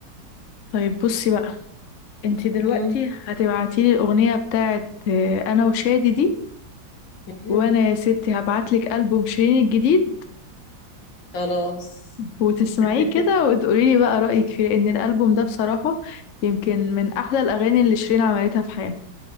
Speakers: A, on the left; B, on the left.
A: طيب بصي بقى انتي دلوقتي
B: مم.
A: هتبعتيلي الأغنية بتاعت آه، أنا وشادي دي
B: مم.
A: وأنا يا ستي هبعتلك ألبوم شيرين الجديد
B: خلاص
A: وتسمعيه
B: <laughs>
A: كده وتقوليلي بقى رأيك فيه لأن الألبوم ده بصراحة يمكن من أحلى الأغاني اللي شيرين عملتها في حياتها